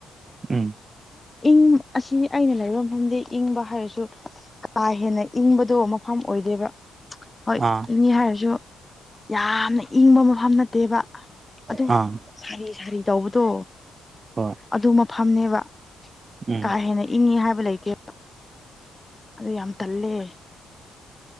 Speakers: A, on the right (about 35°); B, on the left (about 20°).
A: ꯎꯝ
B: ꯏꯪ ꯑꯁꯤ ꯑꯩꯅ ꯂꯩꯕ ꯃꯐꯝꯗꯤ ꯏꯪꯕ ꯍꯥꯏꯔꯁꯨ ꯀꯥ ꯍꯦꯟꯅ ꯏꯪꯕꯗꯣ ꯃꯐꯝ ꯑꯣꯏꯗꯦꯕ ꯍꯣꯏ
A: ꯑꯥ
B: ꯏꯪꯅꯤ ꯍꯥꯏꯔꯁꯨ ꯌꯥꯝꯅ ꯏꯪꯕ ꯃꯐꯝ ꯅꯠꯇꯦꯕ ꯑꯗꯨꯝ
A: ꯑꯥ
B: ꯁꯥꯔꯤ ꯁꯥꯔꯤ ꯇꯧꯕꯗꯣ
A: ꯍꯣꯏ
B: ꯑꯗꯨ ꯃꯐꯝꯅꯦꯕ
A: ꯎꯝ
B: ꯀꯥ ꯍꯦꯟꯅ ꯏꯪꯉꯤ ꯍꯥꯏꯕ ꯂꯩꯇꯦ ꯑꯩ ꯌꯥꯝ ꯇꯜꯂꯦ